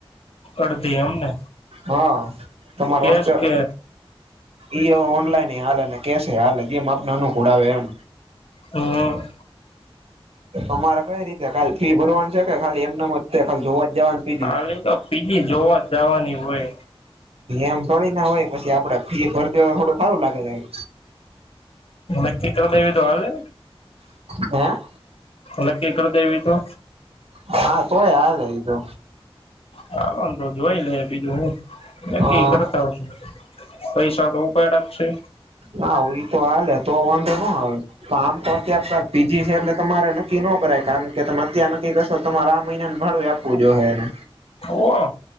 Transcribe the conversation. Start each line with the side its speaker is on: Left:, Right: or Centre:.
Left: અડધી એમને
Right: હા, તમારો
Left: ગેસ
Right: હોસ્ટલ
Left: કે
Right: એ ઓનલાઈન હાલે ને કેસ હાલે ને જેમ આપનાનો અનુકૂળ આવે એમ
Left: હા.
Right: અમારે કઈ રીતે ખાલી ફી ભરવાનું છે કે ખાલી એમના મસ્તે ખાલી જોવા જવાનું. પીજી
Left: આ ખાલી તો પીજી જાવા જવાની હોય.
Right: એમ થોડીના હોય પછી આપડે ફી ભરદે થોડું સારું લાગે કાઈ.
Left: નકી કર દેવી તો હાલે,
Right: હે
Left: નકી કર દેવી તો
Right: હા, તોય હાલે ઈ તો.
Left: હા હાલોને તો જોઈ લે બીજું હું નકી
Right: અ
Left: કરતા હશે. પૈસા તો ઉપાડ જ છે.
Right: હા, હુઈ તો હાલે તો વાંધો નો આવે. તો આમ તો અત્યારે પાર પી જી છે એટલે તમારે નક્કી નો કરાય કારણ કે તમે અત્યાર નક્કી કરશો તમારે આ મહિના ને ભાડું આપવું જો હે એને.
Left: ઓ ઓહ